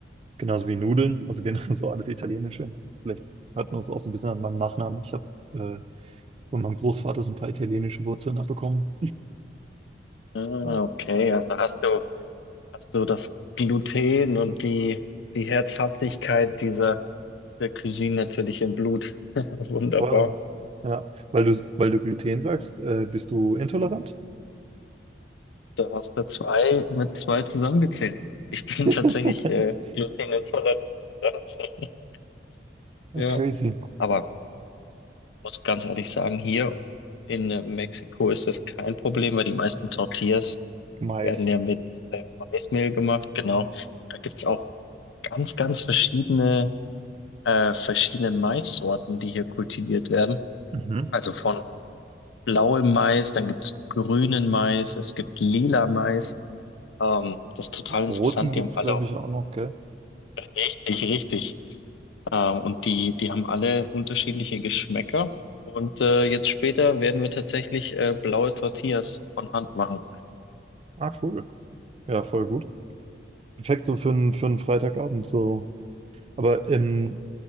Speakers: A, on the right; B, on the left.
A: genauso wie Nudeln, also genauso alles Italienische. Vielleicht hört man es auch so ein bisschen an meinem Nachnamen. Ich habe äh, von meinem Großvater so ein paar italienische Wurzeln abbekommen.
B: Ah,
A: Ja,
B: okay, also hast du, hast du das Gluten und die, die Herzhaftigkeit dieser der Cuisine natürlich im Blut. <laughs> Wunderbar.
A: voll. Ja, weil du, weil du Gluten sagst, äh, bist du intolerant?
B: Da hast du zwei mit zwei zusammengezählt. Ich bin tatsächlich
A: <laughs>
B: äh, glutenintolerant. <laughs>
A: Ja,
B: Ja,
A: crazy.
B: aber muss ganz ehrlich sagen, hier in äh, Mexiko ist das kein Problem, weil die meisten Tortillas
A: Mais.
B: werden ja mit äh, Maismehl gemacht. Genau. Da gibt's auch ganz, ganz verschiedene, äh, verschiedene Maissorten, die hier kultiviert werden.
A: Mhm.
B: Also von blauem Mais, dann gibt es grünen Mais, es gibt lila Mais. Ähm, das ist total interessant.
A: Roten gibt's,
B: Die haben alle
A: glaube
B: auch
A: ich, auch noch, gell?
B: richtig, richtig. Ähm, und die, die haben alle unterschiedliche Geschmäcker. Und äh, jetzt später werden wir tatsächlich äh, blaue Tortillas von Hand machen.
A: Ah, cool. Ja, voll gut. Perfekt so für einen, für einen Freitagabend so. Aber ähm,